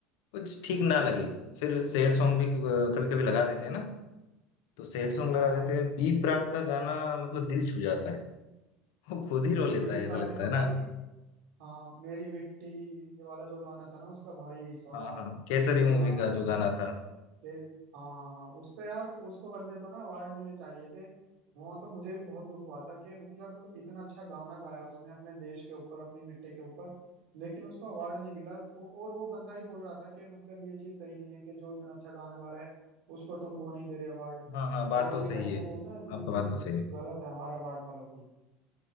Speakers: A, on the left; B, on the right.
A: कुछ ठीक ना लगे फिर सैड सॉन्ग भी कभी कभी लगा देते हैं ना तो सैड सॉन्ग
B: हाँ
A: लगा देते हैं बी प्राक का गाना मतलब दिल छू जाता है वो खुद ही रो लेता
B: दीप
A: है ऐसा
B: राग
A: लगता
B: के तो
A: है
B: भाई
A: ना
B: हाँ मेरी मिट्टी ये वाला जो गाना था ना उसका भाई साहब
A: हाँ हाँ केसरी
B: क्या
A: मूवी
B: गाना
A: का
B: था
A: जो
B: मतलब
A: गाना था
B: कि हाँ हाँ हाँ उस पे यार उसको बंदे को ना अवार्ड मिलने चाहिए थे वहां तो मुझे भी बहुत दुख हुआ था कि मतलब इतना अच्छा गाना गाया उसने अपने देश के ऊपर अपनी मिट्टी के ऊपर लेकिन उसको अवार्ड नहीं मिला वो- और वो बंदा ही बोल रहा था कि मतलब ये चीज सही नहीं है कि जो इतना अच्छा गाना गा रहा है उसको तुम वो नहीं दे रहे अवार्ड
A: हाँ हाँ बात
B: तो
A: तो
B: ये
A: सही
B: कहीं
A: है
B: ना कहीं ना
A: आपका
B: ये चीज
A: बात तो सही है
B: गलत है हमारे अवार्ड वालों की